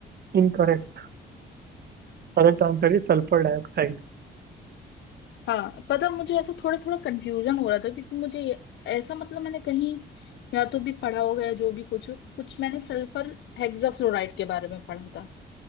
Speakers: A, on the right (about 55°); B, on the left (about 65°).
A: incorrect Correct answer is sulphur dioxide
B: हाँ पता मुझे ऐसा थोड़ा थोड़ा कंफ्यूजन हो रहा था क्योंकि मुझे ये- ऐसा मतलब मैंने कहीं या तो भी पढ़ा होगा या जो भी कुछ कुछ मैंने सल्फर हेक्साफ्लोराइड के बारे में पढ़ा था